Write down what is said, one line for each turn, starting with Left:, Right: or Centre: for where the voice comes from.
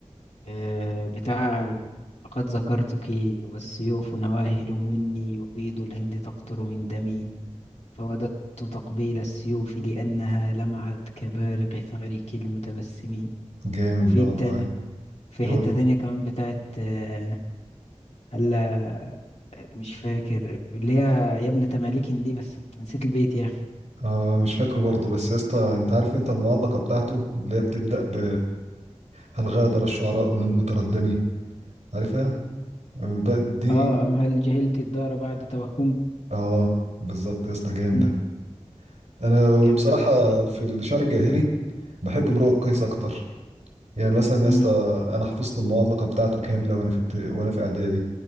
Left: أه بتاع لقد ذكرتك والسيوف نواهل مني وبيض الهند تقطر من دمي فوددت تقبيل السيوف لأنها لمعت كبارق ثغرك المتبسم
Right: جامد
Left: وفي
Right: ده والله
Left: التانية في
Right: يقول
Left: حتة تانية كمان بتاعت آه، هلا مش فاكر اللي هي يا ابن تمالكن دي بس نسيت البيت يا أخي
Right: اه مش فاكره برضه بس يا اسطى انت عارف انت المعلقه بتاعته اللي هي بتبدا ب هل غادر الشعراء من متردمي عارفها ب- دي
Left: اه أم هل جهلت الدار بعد توهمي
Right: اه بالظبط يا اسطى جامده
Left: مم،
Right: انا
Left: جامدة
Right: بصراحه
Left: أوي الصراحة
Right: في الشعر الجاهلي بحب امرؤ القيس اكتر يعني مثلا يا
Left: امم
Right: اسطى انا حفظت المعلقه بتاعته كامله وانا في ابت- وانا في اعدادي